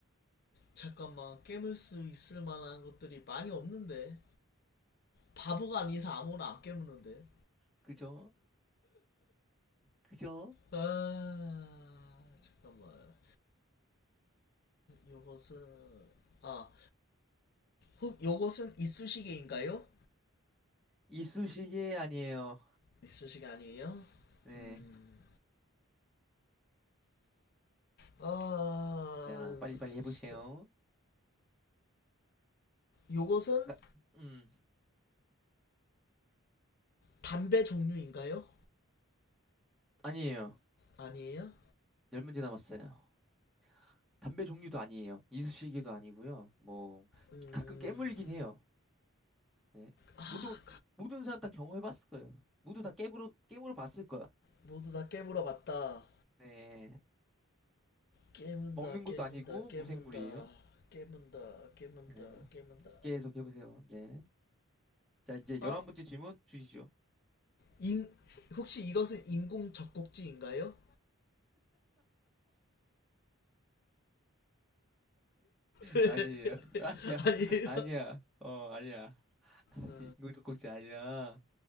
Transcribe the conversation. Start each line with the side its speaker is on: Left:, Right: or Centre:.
Left: 잠깐만, 깨물 수 있을 만한 것들이 많이 없는데. 바보가 아닌 이상 아무거나 안 깨무는데.
Centre: 그죠? 그죠?
Left: 아, 잠깐만. 요것은, 아, 혹 요것은 이쑤시개인가요?
Centre: 이쑤시개 아니에요.
Left: 이쑤시개 아니에요?
Centre: 네.
Left: 음, 아,
Centre: 자, 빨리빨리 해보세요.
Left: 진짜. 요것은
Centre: 아, 음,
Left: 담배 종류인가요?
Centre: 아니에요.
Left: 아니에요?
Centre: 열 문제 남았어요. 담배 종류도 아니에요. 이쑤시개도 아니고요. 뭐,
Left: 음...
Centre: 가끔 깨물긴 해요. 네.
Left: 아,
Centre: 모든, 모든 사람 다 경험해봤을 거예요. 모두 다 깨물어, 깨물어 봤을 거야.
Left: 모두 다 깨물어 봤다.
Centre: 네.
Left: 깨문다,
Centre: 먹는
Left: 깨문다,
Centre: 것도 아니고,
Left: 깨문다,
Centre: 무생물이에요.
Left: 깨문다, 깨문다,
Centre: 네.
Left: 깨문다.
Centre: 계속 해보세요. 네. 자, 이제
Left: 어?
Centre: 열한번째 질문 주시죠.
Left: 인... 혹시 이것은 인공 젖꼭지인가요? <laughs>
Centre: 아니에요. <laughs> 아니야.
Left: 아니에요?
Centre: 아니야. 어, 아니야. <laughs>
Left: 음,
Centre: 인공젖꼭지 아니야.